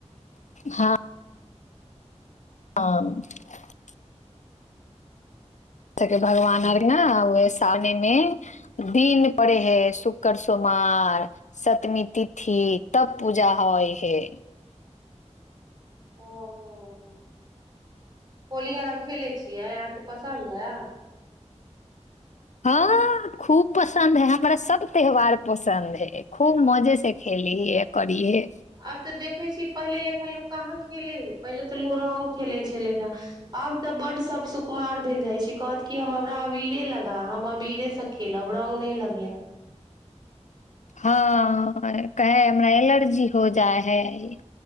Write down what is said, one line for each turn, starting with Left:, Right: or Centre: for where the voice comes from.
Left: हँ ह तेकर भगवान आर ने उह सामनेमे दिन पड़ै हइ शुक्र सोमार सतमी तिथि तब पूजा होइ हय।
Right: ओ होली अहाँ खेलै छियै अहाँके पसन्द हा?
Left: हँ खूब पसन्द हय हमरा सब त्यौहार पसन्द हय खूब मजे से खेलीहे करिहे।
Right: आब तऽ देखै छी पहिले लेखा लोक कहाँ खेलय हय पहिले तऽ लोक रंग खेलय छलै ह आब तऽ बड सब सुकुमार भेल जाइ छै कहत की हमरा अबीरे लगा हम अबीरेसँ खेलब रंग नहि लगायब
Left: हँ कहे हमरा एलर्जी हो जाइ हय।